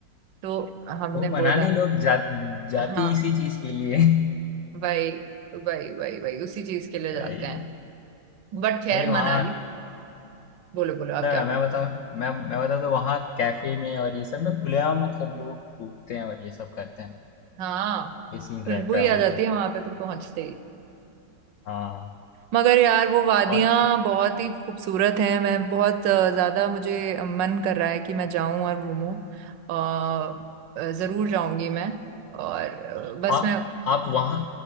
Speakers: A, on the right; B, on the left.
A: तो हमने
B: वो
A: बोला
B: मनाली लोग जा, जाते
A: हाँ
B: ही इसी चीज के लिए <laughs>
A: भाई भाई भाई भाई उसी चीज के लिए
B: भाई
A: जाते हैं बट खैर
B: भाई वहाँ
A: मनाली बोलो बोलो आप
B: मतलब
A: क्या बोल
B: मैं
A: रहे
B: बताऊँ
A: थे
B: मैं मैं बताऊँ तो वहाँ कैफे में और ये सब में खुलेआम मतलब लोग कूदते हैं और ये सब करते हैं
A: हाँ
B: ये सीन
A: खुशबू
B: रहता
A: ही
B: है
A: आ
B: वहाँ
A: जाती
B: तो
A: है वहां पे तो पहुंचते ही
B: हाँ
A: मगर यार वो वादियां
B: और
A: बहुत ही खूबसूरत हैं मैं बहुत अ, ज्यादा मुझे मन कर रहा है कि मैं जाऊं और घूमूं अ, जरूर जाऊंगी मैं और अ, बस
B: आ,
A: मैं
B: आप वहाँ